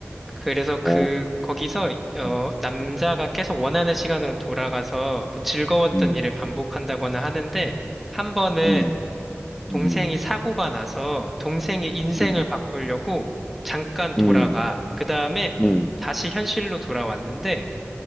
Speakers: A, in the centre; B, on the left.
A: 그래서 그,
B: 어.
A: 거기서, 어,
B: 음.
A: 남자가 계속 원하는 시간으로 돌아가서 뭐 즐거웠던
B: 음,
A: 일을 반복한다거나 하는데, 한 번은
B: 음,
A: 동생이
B: 음,
A: 사고가 나서 동생의 인생을
B: 음,
A: 바꾸려고 잠깐 돌아가.
B: 음,
A: 그 다음에
B: 음,
A: 다시 현실로 돌아왔는데,